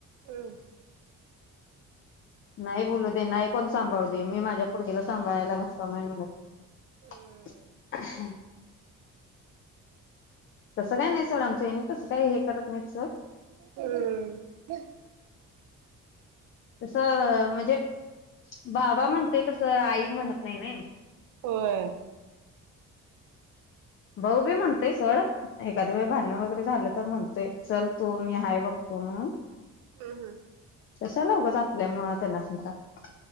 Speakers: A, on the right; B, on the left.
A: हम्म
B: नाही बोलू, दे नाही कोण सांभाळू दे, मी माझ्या पोरगीला सांभाळायला भक्कम आहे म्हण.
A: हम्म
B: <unintelligible> तस काय नाही सोड आमच्या ह्यांनी, तसं काय हे करत नाही स
A: <unintelligible>
B: तसं म्हणजे. बाबा, म्हणते तसं आई. म्हणत नाही नाही.
A: होय
B: भाऊ बी म्हणतोय सोड, एखादी वेळ भांडण वगैरे झालं तर म्हणतोय, चल तू मी हाय बघतो म्हणून.
A: हूं हूं!
B: कशाला उगाच आपल्यामुळ त्यांना संताप.